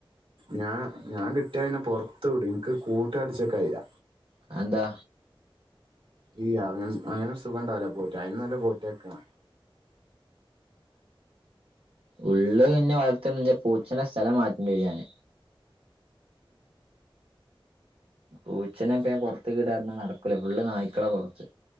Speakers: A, on the right; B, on the right.
A: ഞാൻ ഞാൻ കിട്ടിയ പിന്നെ പുറത്ത് വിടും ഇനിക്ക് കൂട്ടി അടിച്ച് വയ്ക്കാൻ കഴിയില്ല.
B: അത് എന്താ
A: ഈ അങ്ങന് അങ്ങനൊരു സുഖണ്ടാവുല പോറ്റാന് അയിനു നല്ലെ പോറ്റാക്ക്ണാ
B: ഉള്ളത് തന്നെ വളർത്തുന്നത് പൂച്ചയുടെ സ്ഥലം മാറ്റേണ്ടി വരും ഞാന് പൂച്ചനെയിപ്പ പുറത്ത് കീടാൻ നടക്കൂല ഫുള്ള് നായ്ക്കളാ പുറത്ത്